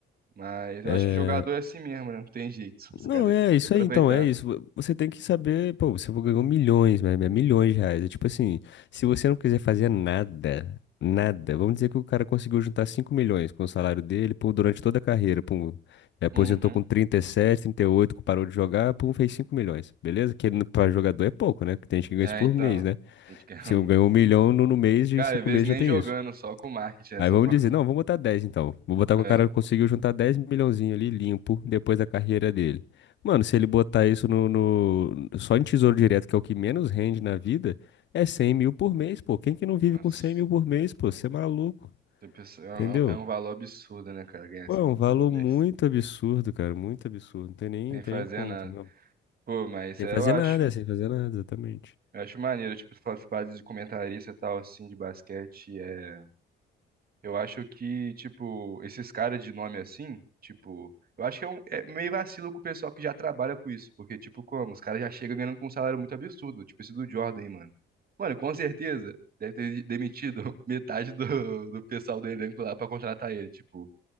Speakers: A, on the right; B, on the left.
A: Mas
B: É,
A: eu acho que jogador é assim mesmo, né? Não tem jeito. Os
B: Não,
A: caras
B: é
A: têm que
B: isso
A: aproveitar.
B: aí, então, é isso. Você tem que saber, pô, você ganhou milhões, né? né, Milhões de reais. É tipo assim, se você não quiser fazer nada, nada, vamos dizer que o cara conseguiu juntar 5 milhões com o salário dele, pô, durante toda a carreira, pô, é, aposentou
A: Uhum.
B: com trinta trinta e sete, trinta e oito, que parou de jogar, pô, fez 5 milhões, beleza? Que para jogador é pouco, né? Que tem gente que ganha
A: É,
B: isso por
A: então.
B: mês, né?
A: <laughs> a gente quer
B: Se
A: um-
B: ganhou um milhão no, no mês, em
A: Cara,
B: 5
A: às vezes
B: meses já
A: nem
B: tem
A: jogando,
B: isso.
A: só com marketing, né?
B: Aí
A: Só
B: vamos
A: com. <laughs>
B: dizer, não, vamos botar dez. então. Vou botar
A: É.
B: que o cara conseguiu juntar 10 milhãozinho ali limpo depois da carreira dele. Mano, se ele botar isso no, no- só em tesouro direto, que é o que menos rende na vida, é 100 mil por mês, pô. Quem que não vive
A: Nossa.
B: com 100 mil por mês, pô? Você é maluco,
A: tem pessoa-
B: entendeu?
A: É um é um valor absurdo, né, cara? Ganhar
B: Pô,
A: isso
B: é
A: aqui
B: um valor
A: todo mês.
B: muito absurdo, cara, muito absurdo. Não tem nem,
A: sem
B: tem
A: fazer
B: nem como,
A: nada.
B: entendeu?
A: Pô, mas
B: Sem
A: eu
B: fazer
A: acho,
B: nada, sem fazer nada, exatamente.
A: eu acho maneiro, tipo, essas partes de comentarista e tal, assim, de basquete, é... Eu acho que, tipo, esses caras de nome assim, tipo... Eu acho que é, um, é meio vacilo com o pessoal que já trabalha com isso, porque, tipo, como? Os caras já chegam ganhando com um salário muito absurdo, tipo esse do Jordan, aí, mano. Mano, com certeza, deve ter demitido <laughs> metade do, do pessoal do elenco lá pra contratar ele, tipo...